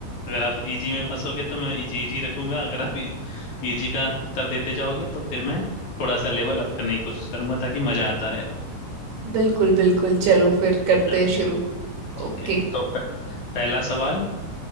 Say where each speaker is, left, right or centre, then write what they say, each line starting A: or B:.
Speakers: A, on the left (about 55°); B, on the right (about 75°).
A: अगर आप इजी में फंसोगे तो मैं इजी इजी रखूंगा अगर आप इजी का उत्तर देते जाओगे तो फिर मैं थोड़ा सा लेवल अप करने की कोशिश करूंगा ताकि मजा आता रहे
B: बिल्कुल बिल्कुल चलो फिर करते
A: चलो
B: हैं शुरू
A: ठीक
B: ओके
A: है तो प- पहला सवाल